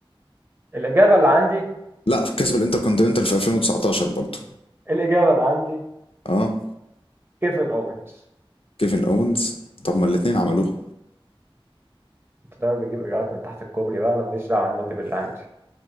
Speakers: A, on the right; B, on the left.
A: الاجابة اللي عندي
B: لا كسب الانتر كونتيننتال في 2019 برضه
A: الاجابة اللي عندي
B: اه
A: كيفن اوينز
B: كيفن اونز طب ما الاثنين عملوها
A: انت دايما بتجيب اجابات من تحت الكوبري بقى انا ماليش دعوه انا عندي باللي عندي